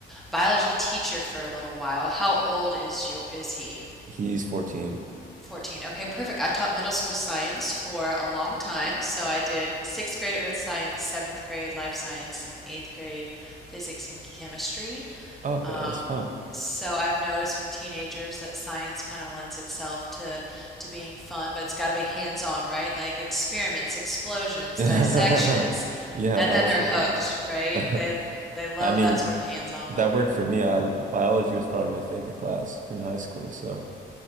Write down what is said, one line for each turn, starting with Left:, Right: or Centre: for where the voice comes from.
Centre: biology teacher for a little while. How old is your is he?
Right: He's 14.
Centre: 14. Okay, perfect. I taught middle school science for a long time. So I did sixth grade earth science, seventh grade life science, and eighth grade physics and chemistry.
Right: Oh, okay,
Centre: Um,
Right: that's fun.
Centre: so I've noticed with teenagers that science kind of lends itself to to being fun, but it's got to be hands-on, right? Like experiments, explosions,
Right: <laughs>
Centre: dissections,
Right: Yeah,
Centre: and then
Right: absolutely.
Centre: they're hooked, right?
Right: <laughs>
Centre: They they love
Right: I mean,
Centre: that sort of hands-on
Right: that
Centre: learning.
Right: worked for me. I biology was probably my favorite class in high school, so